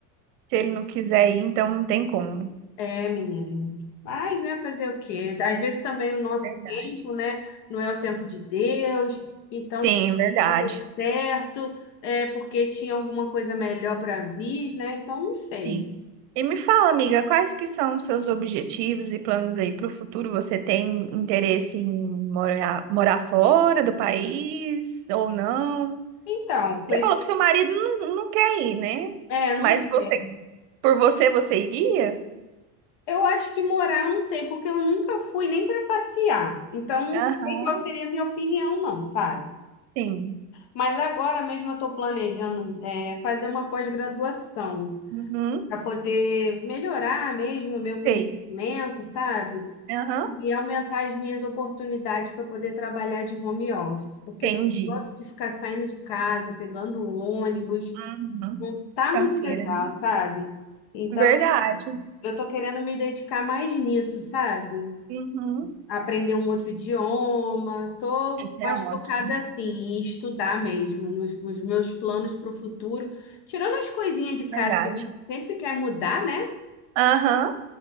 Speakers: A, on the right (about 60°); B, on the left (about 55°).
A: Se ele não quiser ir, então não tem como.
B: É, menino. Mas, né, fazer o quê? Às vezes também o nosso
A: Verdade.
B: tempo, né, não é o tempo de Deus. Então,
A: Sim,
B: se
A: verdade.
B: tudo deu certo, é porque tinha alguma coisa melhor para vir, né? Então, não sei.
A: Sim. E me fala, amiga, quais que são os seus objetivos e planos aí para o futuro? Você tem interesse em morar, morar fora do país ou não?
B: Então, com
A: Você
B: esse...
A: falou que seu marido não, não quer ir, né?
B: É, não
A: Mas você,
B: sei.
A: por você, você iria?
B: Eu acho que morar, eu não sei, porque eu nunca fui nem para passear. Então, não
A: Aham,
B: sei qual seria a minha opinião, não, sabe?
A: sim.
B: Mas agora mesmo eu estou planejando, é, fazer uma pós-graduação.
A: Uhum,
B: para poder melhorar mesmo o meu conhecimento,
A: sei.
B: sabe?
A: Aham,
B: E aumentar as minhas oportunidades para poder trabalhar de home office, porque
A: entendi.
B: esse negócio de ficar saindo de casa, pegando ônibus,
A: Uhum.
B: não tá
A: Canseira,
B: muito legal,
A: né?
B: sabe? Então,
A: Verdade.
B: eu tô querendo me dedicar mais nisso, sabe?
A: Uhum.
B: Aprender um outro idioma, tô
A: Isso
B: mais
A: é ótimo.
B: focada assim, em estudar mesmo, nos, nos meus planos para o futuro. Tirando as coisinhas de casa
A: Verdade.
B: que a gente sempre quer mudar, né?
A: Aham,